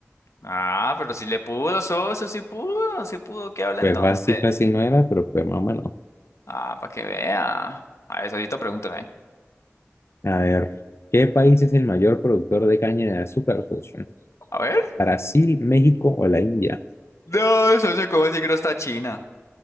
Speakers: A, on the left; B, on the left.
A: Ah, pero si le pudo, socio, si pudo, si pudo, ¿qué habla
B: pues
A: entonces?
B: fácil, fácil no era, pero pues más o menos.
A: Ah, para que vea. A ver, socito, pregúntame.
B: A ver, ¿qué país es el mayor productor de caña de azúcar, socio?
A: A ver.
B: ¿Brasil, México o la India?
A: No, socio, ¿cómo así que no está China?